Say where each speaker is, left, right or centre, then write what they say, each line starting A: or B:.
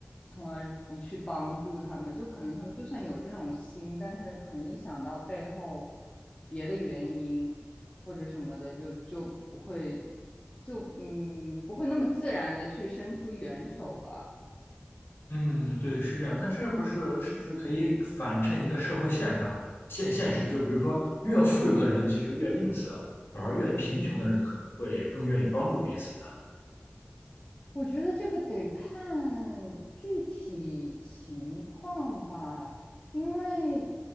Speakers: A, on the left; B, on the left.
A: 从而不去帮助他们。就可能他们就算有这种心，但是可能一想到背后别的原因或者什么的，就就不会，就嗯不会那么自然的去伸出援手吧。
B: 嗯，对，是这样。那这不是是不是可以反衬一个社会现象、现现实？
A: 嗯。
B: 就比如说，越富有的人其实越吝啬，反而越贫穷的人可能会更愿意帮助彼此。
A: 我觉得这个得看具体情况吧，因为